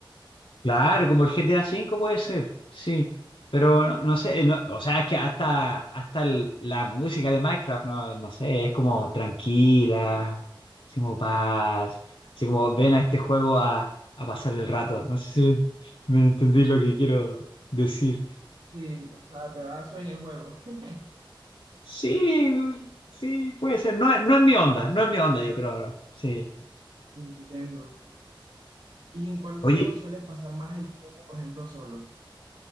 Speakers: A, on the left; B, on the right.
A: Claro, como el GTA cinco puede ser, sí. Pero no, no sé, no- o sea, es que hasta, hasta el- la música de Minecraft, no, no sé, es como tranquila, así como paz, así como ven a este juego a, a pasar el rato. No sé si me entendí lo que quiero decir.
B: Sí, o sea, te da sueño el juego. <laughs>
A: Sí, sí, puede ser. No, es- no es mi onda, no es mi onda, yo creo. Sí.
B: Entiendo. ¿Y en cuál
A: Oye,
B: juego sueles pasar más el tiempo, por ejemplo, solo?